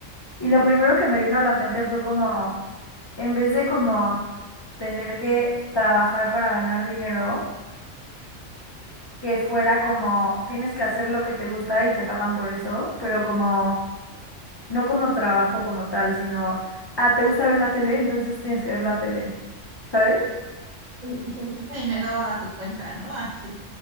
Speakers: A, on the left (about 40°); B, on the right (about 40°).
A: Y lo primero que me vino a la mente fue como, en vez de como tener que trabajar para ganar dinero, que fuera como, tienes que hacer lo que te gusta y te pagan por eso, pero como, no como trabajo como tal, sino, ah, ¿te gusta ver la tele? Entonces tienes que ver la tele, ¿sabes?
B: Y te llega dinero a tu cuenta, ¿no? Así,